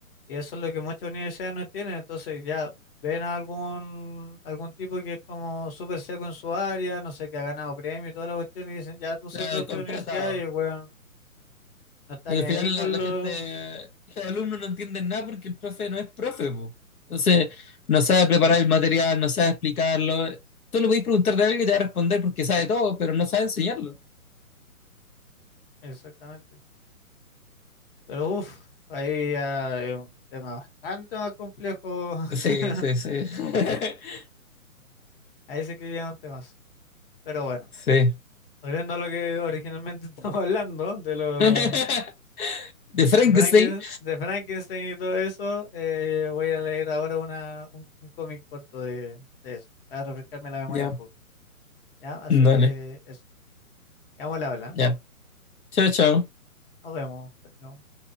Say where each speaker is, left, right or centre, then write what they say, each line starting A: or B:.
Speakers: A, on the left; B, on the left.
A: Y eso es lo que muchas universidades no entienden. Entonces ya ven a algún, algún tipo que es como súper seco en su área, no sé, que ha ganado premio y toda la cuestión, y dicen, ya tú sé
B: O sea,
A: profe
B: contratado.
A: de universidad y el weón no está
B: Y
A: ni
B: al
A: ahí
B: final
A: con
B: la, la
A: lo...
B: gente, los alumnos no entienden nada porque el profe no es profe, po. Entonces, no sabe preparar el material, no sabe explicarlo. Tú le podés preguntar de alguien que te va a responder porque sabe todo, pero no sabe enseñarlo.
A: Exactamente. Pero uff, ahí ya es un tema bastante más complejo. <laughs>
B: Sí, sí, sí. <laughs>
A: Ahí sí que llegan temas. Pero bueno,
B: Sí.
A: volviendo a lo que originalmente <laughs> estamos hablando, de los...
B: <laughs> De Frankenstein.
A: De Franken- de Frankenstein y todo eso, eh, voy a leer ahora una, un, un cómic corto de, de eso, para refrescarme la memoria
B: Ya,
A: un poco. ¿Ya? Así
B: dale.
A: que eso. Quedamos al habla. ¿ah?
B: Ya. Chao, chao.
A: Nos vemos. Chao, chao.